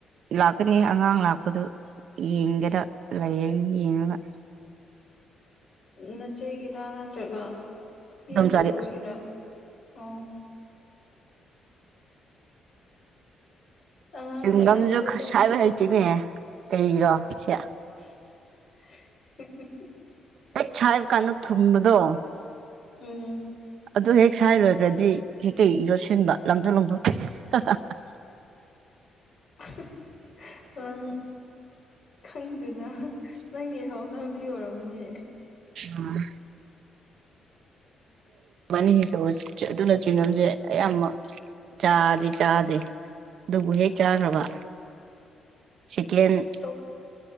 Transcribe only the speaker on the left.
ꯎ ꯅꯆꯦꯒꯤꯔꯥ ꯅꯠꯇ꯭ꯔꯒ ꯃꯤ
ꯑꯇꯣꯞꯄꯨꯒꯤꯔꯥ ꯑꯣ ꯑꯉꯥꯡ
ꯁꯦꯟꯅꯕꯗꯤ ꯑꯗꯨꯝ
<unintelligible>
ꯎꯝ
<unintelligible> ꯑꯪ ꯈꯪꯗꯦꯅ
ꯅꯪꯒꯤ ꯍꯥꯎꯅꯕꯤ ꯑꯣꯏꯔꯝꯅꯦ
ꯇꯣꯛ